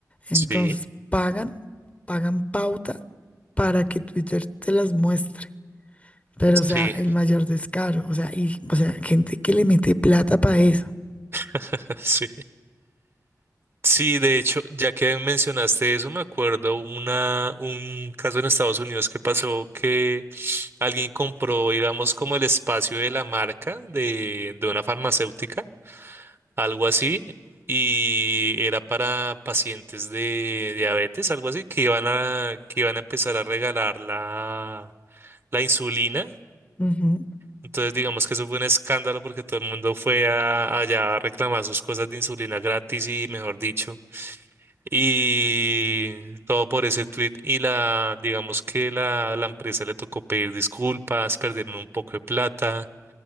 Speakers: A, on the left; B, on the right.
A: Entonces
B: Sí,
A: pagan, pagan pauta para que Twitter te las muestre. Pero,
B: sí,
A: o sea, el mayor descaro, o sea, y, o sea, gente que le mete plata para eso.
B: <laughs> sí. Sí, de hecho, ya que mencionaste eso, me acuerdo una, un caso en Estados Unidos que pasó que alguien compró, digamos, como el espacio de la marca de, de una farmacéutica, algo así, y era para pacientes de diabetes, algo así, que iban a, que iban a empezar a regalar la, la insulina.
A: Ujú,
B: Entonces, digamos que eso fue un escándalo porque todo el mundo fue a- allá a reclamar sus cosas de insulina gratis y, mejor dicho. Y todo por ese tweet. Y la, digamos que la, la empresa le tocó pedir disculpas, perdieron un poco de plata.